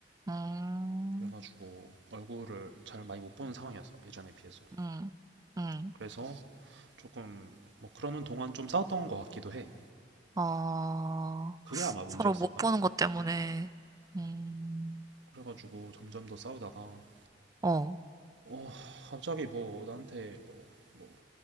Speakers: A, on the right (about 20°); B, on the right (about 90°).
A: 음,
B: 그래가지고 얼굴을 잘 많이 못 보는 상황이었어 예전에 비해서.
A: 음, 음.
B: 그래서 조금 뭐 그러는 동안 좀 싸웠던 것 같기도 해.
A: 어,
B: 그게 아마 문제였을까?
A: 서로 못 보는 것 때문에, 음,
B: 그래가지고 점점 더 싸우다가
A: 어,
B: 어 갑자기 뭐 나한테 뭐 뭐